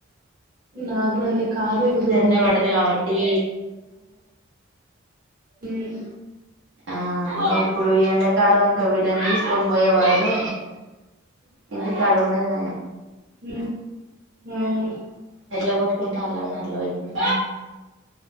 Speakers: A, on the right; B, on the right.
A: నాకు కూడా అనతే కార్ ఎక్కువ దూరం
B: జర్నీ
A: పడదు
B: కాబట్టి
A: మ్మ్
B: ఆ ఇప్పుడు ఈ ఎండాకలాం ఇంకా వీళ్ళని తీసుకొని పోయే బదులు ఇంటికడా ఉన్నది నాయం
A: మ్మ్
B: ఎట్లా కొట్టుకుంటారు ఆ అందరిలో ఇప్పుడు